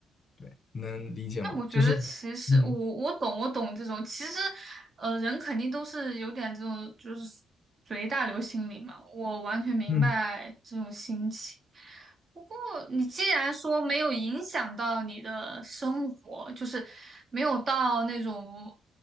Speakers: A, on the left (about 40°); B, on the right (about 40°).
A: 对，能理解吗？
B: 那我觉得，
A: 就是，
B: 其实我我懂，
A: 嗯
B: 我懂这种。其实，呃，人肯定都是有点这种，就是随大流心理嘛。我完全明白这种心情。
A: 嗯
B: 不过，你既然说没有影响到你的生活，就是没有到那种